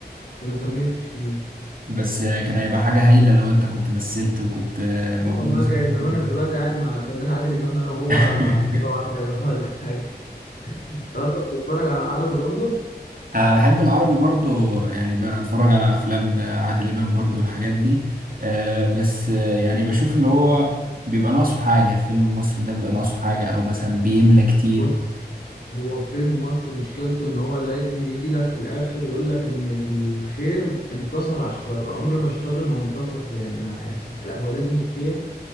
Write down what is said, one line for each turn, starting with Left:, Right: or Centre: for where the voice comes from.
Left: فما كملتش فيه
Right: بس كان هيبقى حاجه هايله لو انت كنت مثلت وكنت
Left: ايوه
Right: موجود
Left: والله
Right: مثلا
Left: كانت زمانك
Right: في
Left: دلوقتي قاعد مع الفنان عادل امام انا وهو
Right: الفيلم
Left: حاجه واحده بقى ولا حاجه انت اصلا بتتفرج على عربي برضه
Right: أه بحب العربي برضو يعني بتفرج على أفلام لعادل إمام برضو الحاجات دي أه بس آه، يعني بشوف اللي هو بيبقى ناقصه حاجة الفيلم المصري ده بيبقى ناقصه حاجة أو مثلا بيملى كتير
Left: بص هو فيلم مصري مشكلته ان هو لازم يجي لك في الاخر يقول لك ان الخير انتصر على الشر عمر ما الشر ما هينتصر يعني ما هيحصل لا هو لازم الخير